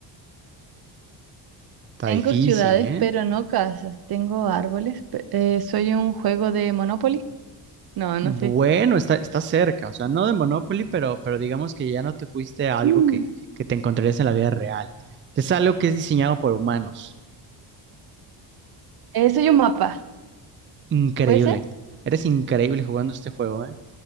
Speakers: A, on the right; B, on the right.
A: Está
B: Tengo
A: difícil,
B: ciudades,
A: ¿eh?
B: pero no casas. Tengo árboles. pe- eh, soy un juego de Monopoly. No,
A: Bueno,
B: no sé.
A: está, está cerca, o sea, no de Monopoly, pero, pero digamos que ya no te fuiste a algo
B: Mm.
A: que, que te encontrarías en la vida real. Es algo que es diseñado por humanos.
B: Eh, soy un mapa.
A: Increíble.
B: ¿Puede ser?
A: Eres increíble jugando este juego, ¿eh?